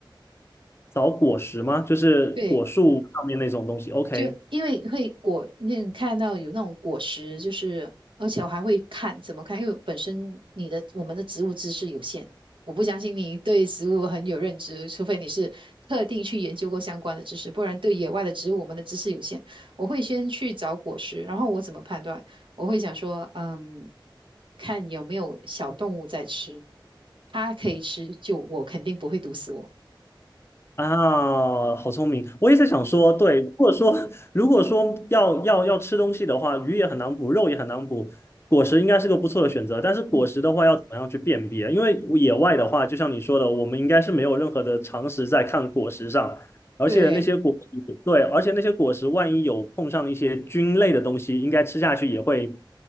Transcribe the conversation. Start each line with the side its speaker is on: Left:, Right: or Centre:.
Left: 找果实吗？就是果树上面那种东西。
Right: 对。
Left: OK，
Right: 就因为会果那种看到有那种果实，就是而且我还会看怎么看，因为本身你的我们的植物知识有限，我不相信你对植物很有认知，除非你是特定去研究过相关的知识，不然对野外的植物我们的知识有限。我会先去找果实，然后我怎么判断？我会想说，嗯，看有没有小动物在吃，它可以吃，就我肯定不会毒死我。
Left: 啊，好聪明！我也在想说，对，如果说如果说要要要吃东西的话，鱼也很难补，肉也很难补，果实应该是个不错的选择。但是果实的话，
Right: 嗯，
Left: 要怎么样去辨别？因为野外的话，就像你说的，我们应该是没有任何的常识在看果实上，而且那些果实对，
Right: 对。
Left: 而且那些果实万一有碰上一些菌类的东西，应该吃下去也会